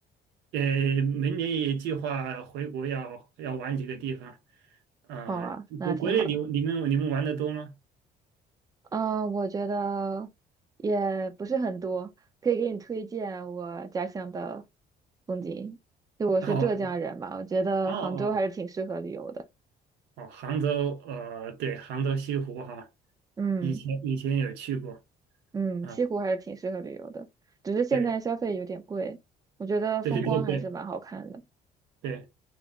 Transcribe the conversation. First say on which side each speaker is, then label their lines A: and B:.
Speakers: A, on the right; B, on the right.
A: 呃，明年也计划回国要要玩几个地方，呃，
B: 好啊，那挺好的。
A: 国国内你们你们你们玩的多吗？
B: 啊、我觉得也不是很多，可以给你推荐我家乡的风景。就我是浙江人嘛，
A: 哦
B: 我觉得杭州还是挺适合旅游的。
A: 哦哦哦，杭州呃对，杭州西湖哈，
B: 嗯
A: 以前以前有去过
B: 嗯，
A: 啊，
B: 西湖还是挺适合旅游的，只是现在消费有点贵。
A: 对
B: 我觉得风光还是蛮好看的，
A: 对对对对。